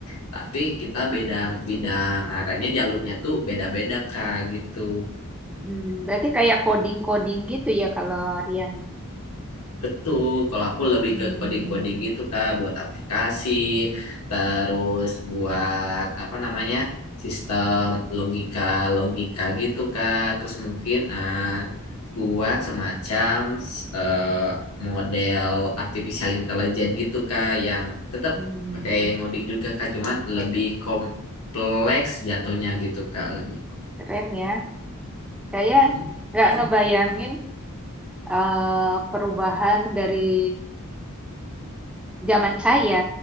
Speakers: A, on the left (about 80°); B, in the centre.
A: tapi kita bidang bidang arahnya jalurnya tuh beda-beda Kak gitu.
B: Hmm. Berarti kayak coding-coding gitu ya kalau Rian ya.
A: Betul, kalau aku lebih
B: Hmm.
A: ke coding-coding gitu Kak, buat aplikasi, terus buat apa namanya, sistem logika-logika gitu Kak, terus mungkin eh, buat semacam eh, model artificial intelligence gitu Kak, yang tetap
B: Hmm.
A: pakai ngoding juga Kak, cuman lebih kompleks jatuhnya gitu Kak, lebih.
B: Keren ya. Saya
A: <laughs>
B: nggak ngebayangin eh, perubahan dari zaman saya